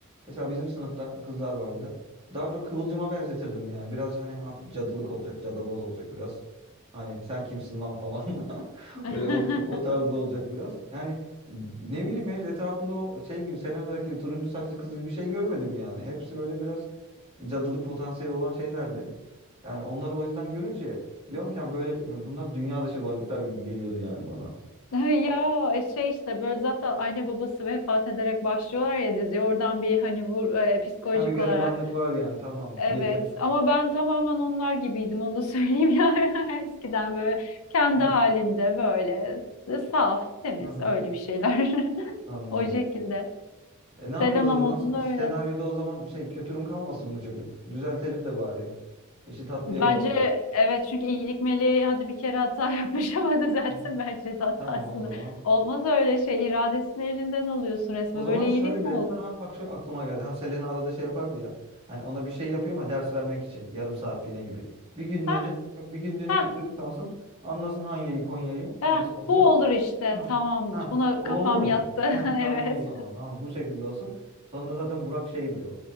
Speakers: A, on the right (about 25°); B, on the left (about 70°).
A: mesela bizim sınıfta kızlar vardı. Daha çok kıvılcıma benzetirdim yani. Biraz hani hafif cadılık olacak, cadaloz olacak biraz. Hani sen kimsin lan falan. <laughs>
B: <laughs>
A: Böyle o, o tarzda olacak biraz. Yani ne bileyim ben etrafımda o şey gibi Selena'daki turuncu saçlı kız gibi bir şey görmedim yani. Hepsi böyle biraz cadılık potansiyeli olan şeylerdi. Yani onları o yüzden görünce diyorum ki ya böyle bunlar dünya dışı varlıklar gibi geliyordu yani bana.
B: Ya e, şey işte böyle zaten anne babası vefat ederek başlıyorlar ya diziye. Oradan bir hani vur, e, psikolojik
A: Ha bir garibanlık
B: olarak
A: var yani tamam.
B: Evet
A: Yetim.
B: ama ben tamamen onlar gibiydim onu da söyleyeyim <laughs> ya eskiden böyle kendi
A: Hı.
B: halinde böyle e, saf temiz
A: Aha,
B: öyle bir şeyler <laughs>
A: anladım.
B: o şekilde.
A: E ne yapıyoruz
B: Selena
A: o zaman?
B: modunda
A: Senaryoda
B: öyle.
A: o zaman şey kötürüm kalmasın bu çocuk? Düzeltelim de bari. İşi tatlıya
B: Bence
A: bağlayalım.
B: evet çünkü iyilik meleği hadi bir kere hata yapmış ama <laughs> düzelsin
A: Hı.
B: bence de hatasını.
A: Tamam o zaman.
B: Olmaz öyle şey iradesini elinden alıyorsun resmen
A: O zaman
B: böyle
A: şöyle.
B: iyilik mi
A: Ha
B: olur?
A: bak şöyle aklıma geldi. Hani Selena arada şey yapardı ya. Hani ona bir şey yapıyor ama ders vermek için. Yarım saatliğine gibi. Bir günlüğüne
B: Hah
A: bak bir günlüğüne
B: hah
A: kötürüm kalsın. Anlasın Hanya'yı Konya'yı
B: hah
A: nasıl oluyor.
B: bu olur işte
A: Ha,
B: tamamdır
A: ha,
B: buna
A: oldu
B: kafam
A: mu?
B: yattı <laughs>
A: Heh, Tamam
B: evet.
A: o zaman. Tamam bu şekilde olsun. Sonra zaten Burak şey diyor.